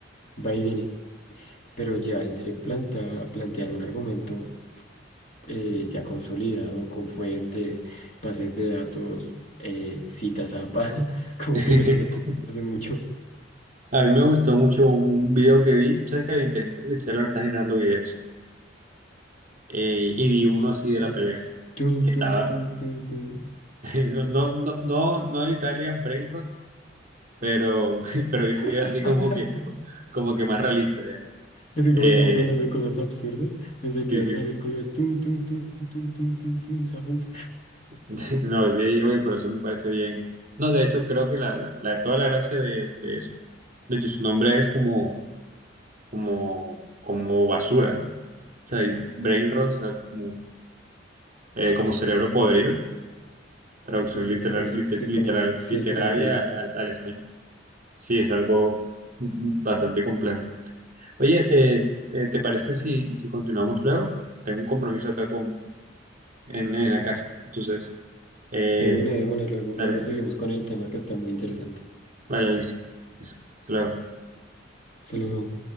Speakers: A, on the left (about 40°); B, on the right (about 45°).
A: va y viene. Pero ya en serio planta, plantear un argumento eh, ya consolidado con fuentes, bases de datos, eh, citas APA, <laughs> como
B: <laughs>
A: que ya se me hace mucho.
B: A mí me gustó mucho un un video que vi. Sabes que la inteligencia artificial ahora está generando videos. Eh, y vi uno así de
A: eh,
B: la pelea.
A: tum,
B: Y estaba,
A: tum, tum, tum, tum.
B: <laughs> no, no, no, no no el Italian Brainrot, pero, <laughs> pero vi un video
A: <laughs>
B: así como que, como que más realista ya.
A: Es que
B: Eh,
A: como estamos hablando de cosas absurdas, pensé
B: sí,
A: que ibas
B: sí.
A: a salir con lo de tum, tum, tum, tum, tum, tum, tum, sahur.
B: <laughs> No, sí, oye, por eso me parece bien. No, de hecho, creo que la, la, la- toda la gracia de, de eso, de hecho, su nombre es como, como, como basura. O sea, y brain Rot, o sea, como, eh, como cerebro podrido. Traducción
A: Sí, sí,
B: literal,
A: sí, como,
B: lite-
A: sí,
B: literal,
A: como, sí,
B: literaria
A: tal cual.
B: al, al español. Sí, es algo bastante complejo. Oye, eh, eh, ¿te parece si, si continuamos luego? Tengo un compromiso acá con, en, en la casa. Entonces, eh,
A: De una, de una, luego,
B: dale,
A: luego seguimos con el tema que está muy interesante.
B: vale, listo. Listo. Hasta luego.
A: se lo luego.